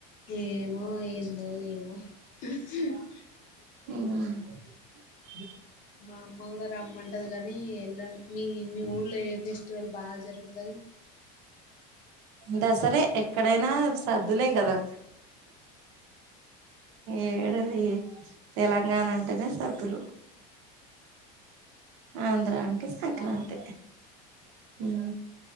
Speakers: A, on the left (about 40°); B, on the right (about 60°).
A: ఏమో ఏందో ఏమో ఆహ్
B: హ
A: మా అమ్మ కూడా రమ్మంటది గానీ ఎళను మీ మీ ఊళ్ళలో ఏ ఫెస్టివల్ బాగా జరుగుతది
B: దాసరే ఎక్కడైనా సర్దులే గదా ఏడు ఈ తెలంగాణ అంటేనే సద్దులు ఆంధ్ర అంటే సంక్రాంతి
A: అవును
B: ఉ